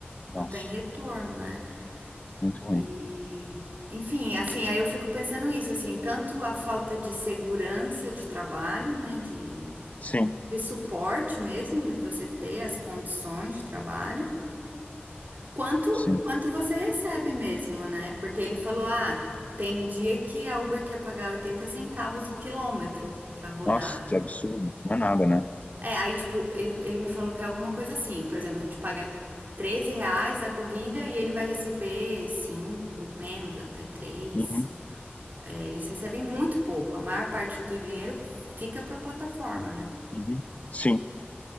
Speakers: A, on the left; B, on the right.
A: Nossa.
B: não tem retorno, né?
A: Muito ruim.
B: E enfim, assim, aí eu fico pensando isso, assim, tanto a falta de segurança de trabalho, né? De
A: Sim,
B: de suporte mesmo, né? De você ter as condições de trabalho. Quanto,
A: sim.
B: quanto você recebe mesmo, né? Porque ele falou, ah, tem dia que a Uber quer pagar 80 centavos o quilômetro pra rodar.
A: Nossa, que absurdo. Não é nada, né?
B: É, aí, tipo, ele, ele me falou que é alguma coisa assim. Por exemplo, a gente paga 13 reais da corrida e ele vai receber 5, menos, até três.
A: Uhum,
B: É, eles recebem muito pouco. A maior parte do dinheiro fica pra plataforma, né?
A: uhum. Sim.